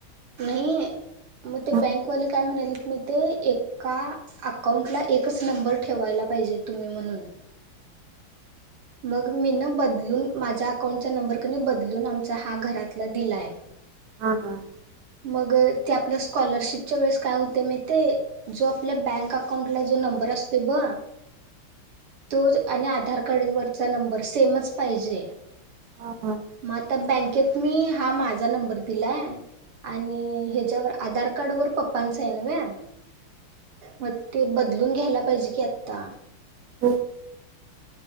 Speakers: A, on the right (about 85°); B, on the right (about 55°).
A: नाही मग ते
B: हा
A: बँकवाले काय म्हणायलेत मी ते एका अकाउंटला एकच नंबर ठेवायला पाहिजे तुम्ही म्हणून. मग मी न बदलून माझ्या अकाउंटचा नंबर कनी बदलून आमचा हा घरातला दिलाय.
B: हम हम.
A: मग ते आपल्या स्कॉलरशिपच्या वेळेस काय होतेयं माहितीयं जो आपल्या बँक अकाउंटला जो नंबर असतोय ब तो आणि आधार कार्ड वरचा नंबर सेमच पाहिजे.
B: हा, हा.
A: म आता बँकेत मी हा माझा नंबर दिलाय आणि हेच्यावर आधार कार्ड वर पप्पांचा हाय नवे. मग ते बदलून घ्यायला पाहिजे की आता.
B: हो.